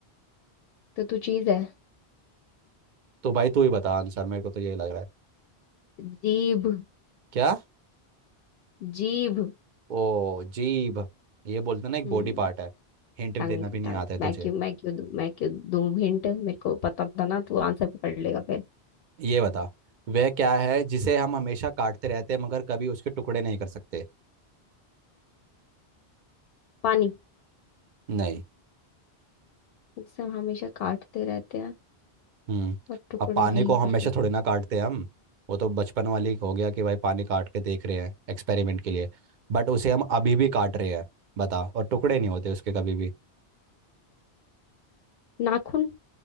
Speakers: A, on the left (about 70°); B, on the right (about 55°).
A: तो तू चीज है
B: तो भाई तू ही बता आंसर मेरे को तो यही लग रहा है
A: जीभ
B: क्या
A: जीभ
B: ओ जीभ ये बोलते ना एक
A: हम्म
B: बॉडी पार्ट है हिंट
A: टंग
B: देना भी नहीं
A: टंग
B: आता है तुझे
A: मैं क्यों मैं क्यों दूं मैं क्यों दूं हिंट मेरे को पता था ना तू आंसर पकड़ लेगा फिर
B: ये बता वह क्या है जिसे हम हमेशा काटते रहते हैं मगर कभी उसके टुकड़े नहीं कर सकते
A: पानी
B: नहीं
A: जिसे हम हमेशा काटते रहते हैं
B: हम्म
A: पर टुकड़े
B: अब पानी
A: नहीं
B: को हमेशा
A: कर सकते
B: थोड़ी ना काटते हैं हम वो तो बचपन वाली हो गया कि भाई पानी काट के देख रहे हैं एक्सपेरिमेंट के लिए बट उसे हम अभी भी काट रहे हैं बता और टुकड़े नहीं होते उसके कभी भी
A: नाखून